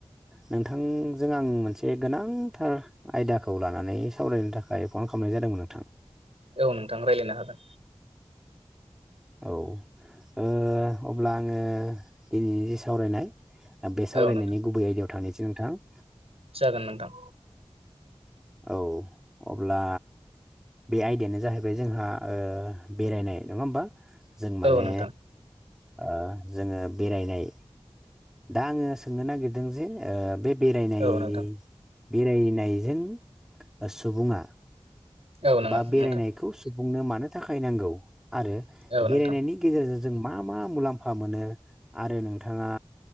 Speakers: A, in the centre; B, on the right.
A: नोंथांजों आं मोनसे गोनांथार आयदाखौ लानानै सावरायनो थाखाय फन खामनाय जादोंमोन नोंथां
B: औ नोंथां रायज्लायनो हागोन
A: औ ओ अब्ला आङो दिनैनि सावरायनाय बे सावरायनायनि
B: औ नोंथां
A: गुबै आयदायाव थांनिसै नोंथां
B: जागोन नोंथां
A: औ अब्ला बे आयदायानो जाहैबाय जोंहा ओ बेरायनाय नङा होमबा जों
B: औ
A: माने
B: नोंथां
A: ओ जोङो बेरायनाय दा आङो सोंनो नागिरदों जे ओ बे बेरायनाययै
B: औ नोंथां
A: बेरायनायजों सुबुङा
B: औ नोङो
A: बा बेरायनायखौ
B: नोंथां
A: सु बुंनो मानो थाखाय नांगौ आरो
B: औ
A: बेरायनायनि
B: नोंथां
A: गेजेरज मा मा मुलाम्फा मोनो आरो नोंथाङा